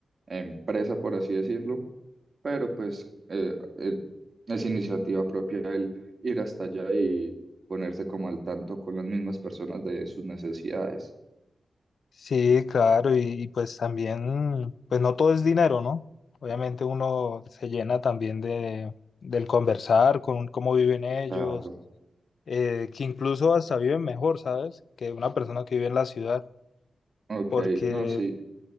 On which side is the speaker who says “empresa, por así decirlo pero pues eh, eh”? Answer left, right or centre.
Right